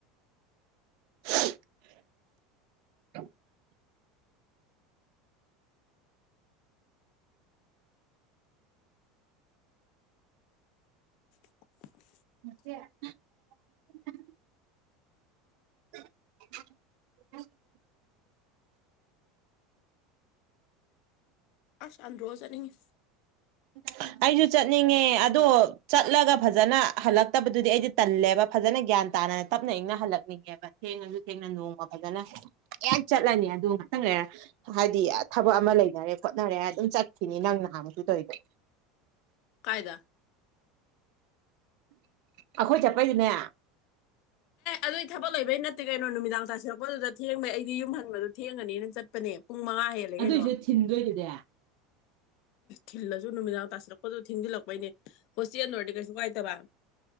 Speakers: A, on the right; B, on the left.
A: <unintelligible>
B: <inaudible>
A: <unintelligible> <unintelligible>
B: ꯑꯁ ꯑꯟꯗꯔꯣ ꯆꯠꯅꯤꯡꯉꯤ
A: <unintelligible> ꯑꯩꯖꯨ ꯆꯠꯅꯤꯡꯉꯦ ꯑꯗꯣ ꯆꯠꯂꯒ ꯐꯖꯅ ꯍꯜꯂꯛꯇꯕꯗꯨꯗꯤ ꯑꯩꯗꯤ ꯇꯜꯂꯦꯕ ꯐꯖꯅ ꯒ꯭ꯌꯥꯟ ꯇꯅ ꯇꯞꯅ ꯏꯪꯅ ꯍꯜꯂꯛꯅꯤꯡꯉꯦꯕ ꯊꯦꯡꯉꯁꯨ ꯊꯦꯡꯅ ꯅꯣꯡꯃ ꯐꯖꯅ ꯍꯦꯛ ꯆꯠꯂꯅꯤ ꯑꯗꯨ ꯉꯇꯪ ꯍꯥꯏꯗꯤ ꯊꯕꯛ ꯑꯃ ꯂꯩꯅꯔꯦ ꯈꯣꯠꯅꯔꯦ ꯑꯗꯨꯝ ꯆꯠꯈꯤꯅꯤ ꯅꯪ ꯅꯍꯥꯟꯃꯨꯛꯁꯨ ꯇꯧꯔꯤꯗꯣ
B: ꯀꯥꯏꯗ
A: ꯑꯩꯈꯣꯏ ꯆꯠꯄꯩꯗꯨꯅꯦ
B: ꯑꯗꯨꯗꯤ ꯊꯕꯛ ꯂꯩꯕꯩ ꯅꯠꯇꯦ ꯀꯩꯅꯣ ꯅꯨꯃꯤꯗꯥꯡ ꯇꯁꯤꯜꯂꯛꯄꯗꯨꯗ ꯊꯦꯡꯕꯩ ꯑꯩꯗꯤ ꯌꯨꯝ ꯍꯟꯕꯗꯣ ꯊꯦꯡꯉꯅꯤꯅ ꯆꯠꯄꯅꯦ ꯄꯨꯡ ꯃꯉꯥ ꯍꯦꯜꯂꯦ
A: ꯑꯗꯨꯏꯁꯨ
B: ꯀꯩꯅꯣ
A: ꯊꯤꯟꯗꯣꯏꯗꯨꯗꯤ
B: ꯊꯤꯜꯂꯖꯨ ꯅꯨꯃꯤꯗꯥꯡ ꯇꯥꯁꯤꯜꯂꯛꯄꯗꯨ ꯊꯦꯡꯖꯤꯜꯂꯛꯄꯩꯅꯦ ꯍꯣꯁꯇꯦꯜ ꯑꯣꯏꯔꯗꯤ ꯀꯩꯁꯨ ꯀꯥꯏꯗꯕ